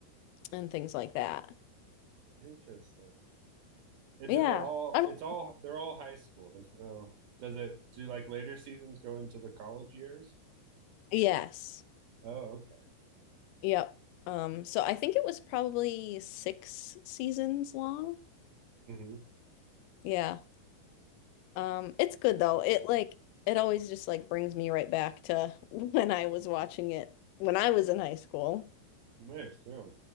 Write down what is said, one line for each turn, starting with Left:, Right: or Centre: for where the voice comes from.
Left: and things like that.
Right: interesting. And-
Left: Yeah.
Right: but they're all
Left: I- don't-
Right: it's all they're all high school. There's no does it do like later seasons go into the college years?
Left: yes.
Right: Oh, okay.
Left: Yep. Um, so I think it was probably six seasons long.
Right: hmm
Left: Yeah. Um, it's good though. It like it always just like brings me right back to <laughs> when I was watching it when I was in high school.
Right: Nice. Yeah.